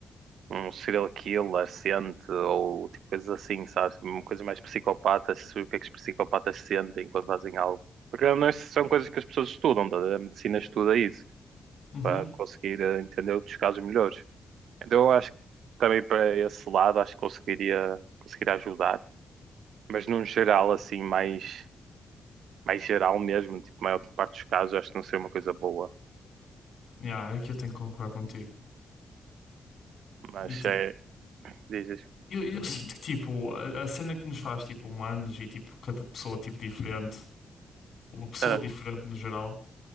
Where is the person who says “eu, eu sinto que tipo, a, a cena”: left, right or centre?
Left